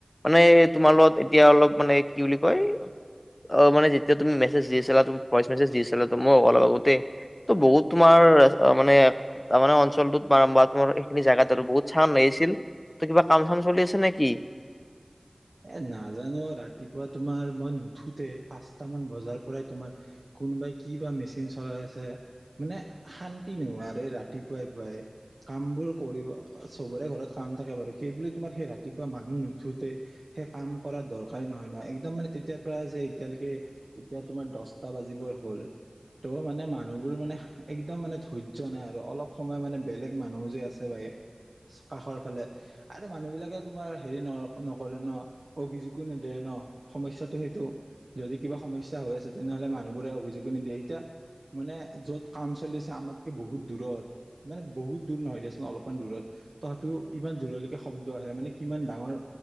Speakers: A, on the left (about 35°); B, on the right (about 80°).
A: মানে তোমাৰ লগত এতিয়া অলপ মানে কি বুলি কয়! অ', মানে যেতিয়া তুমি মেছেজ দি আছিলা, তুমি ভইচ মেছেজ দি আছিলা টো মোক, অলপ আগতে ত' বহুত তোমাৰ, মানে তাৰমানে অঞ্চলটোত <unintelligible> তোমাৰ সেইখিনি জাগাত আৰু বহুত চাউণ্ড আহি আছিল। এতিয়া কিবা কাম চাম চলি আছে নেকি?
B: এ নাজানো। ৰাতিপুৱা তোমাৰ মই নুঠোতে, পাঁচটা মান বজাৰ পৰাই তোমাৰ কোনবাই কি বা মেচিন চলাই আছে। মানে শান্তি নোহোৱা আৰু এই ৰাতিপুৱাই পুৱাই। কাম বোৰ কৰিব, অ-চবৰে ঘৰত কাম থাকে বাৰু। সেইবুলি তোমাৰ সেই ৰাতিপুৱা মানুহ নুঠোতে সেই কাম কৰা দৰকাৰী নহয় নহয়। একদম মানে তেতিয়াৰ পৰা যে এতিয়ালৈকে এতিয়া তোমাৰ দছটা বাজিবৰ হ'ল। ত মানে মানুহবোৰ মানে সা-একদম মানে ধৈৰ্য্য নাই আৰু অলপ সময় মানে বেলেগ মানুহও যে আছে <unintelligible> কাষৰ ফালে। আৰু মানুহ বিলাকে তোমাৰ হেৰি ন-নকৰে ন! অভিযোগো নিদিয়ে ন'! সমস্যাটো সেইটো। যদি কিবা সমস্যা হৈ আছে, তেনেহ'লে মানুহবোৰে অভিযোগো নিদিয়ে। এতিয়া মানে য'ত কাম চলি আছে, আমাতকে বহুত দূৰত। মানে বহুত দূৰ নহয় দিয়াচোন অলপমান দূৰত তথাপিও ইমান দূৰলৈকে শব্দ আহে মানে কিমান ডাঙৰ